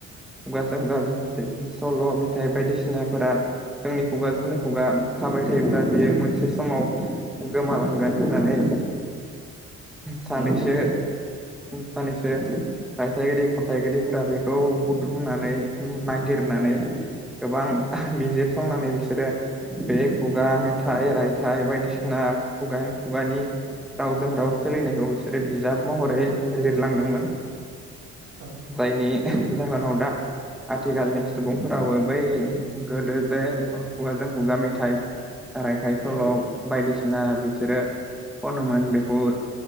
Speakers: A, in the centre; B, on the right.
A: खुगाजों द' सल' थाय बायदिसिनाफोरा जोंनि खुगाजोंनो खुगा थाबाय थायोब्ला
B: औ
A: बियो मोनसे समाव गोमालांगोन होननानै सानैसो।
B: औ नोंथां
A: साननैसो रायथाइगिरि खन्थाइगिरिफोरा बेखौ बुथुमनानै नागिरनो होननानै गोबां बिजिरसंनानै बिसोरो बे खुगा मेथाइ रायथाइ बायदिसिना खुगा खुगानि रावजों राव सोलिनायखौ बिसोरो बिजाब महरै
B: औ नोंथां
A: लिरलांदोंमोन।
B: औ
A: जायनि जाहोनाव दा आथिखालनि सुबुंफोराबो बै गोदो जे खुगाजों खुगा मेथाइ रायथाइ सल'
B: उम
A: बायदिसिना बिसोरो खनोमोन बेखौ